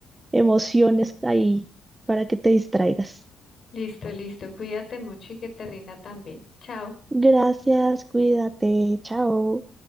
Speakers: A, on the right (about 20°); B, on the left (about 40°).
A: emociones ahí para que te distraigas.
B: Listo, listo, cuídate mucho y que te rinda también. Chao.
A: Gracias, cuídate, chao.